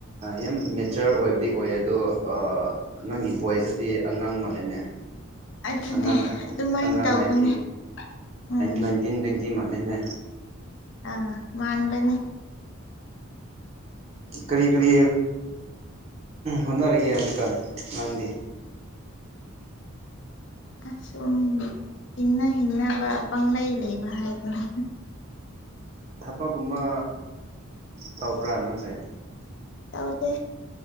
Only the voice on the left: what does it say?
ꯑꯗꯨꯅꯦ
ꯑꯗꯨꯃꯥꯏꯅ
ꯇꯧꯕꯅꯦ
ꯎꯝ
ꯑꯥ ꯃꯥꯟꯕꯅꯦ
ꯑꯁꯨꯝ ꯍꯤꯡꯅ ꯍꯤꯡꯅꯕ ꯄꯪꯂꯩ ꯂꯩꯕ ꯍꯥꯏꯗꯨꯅꯤ
ꯇꯧꯗꯦ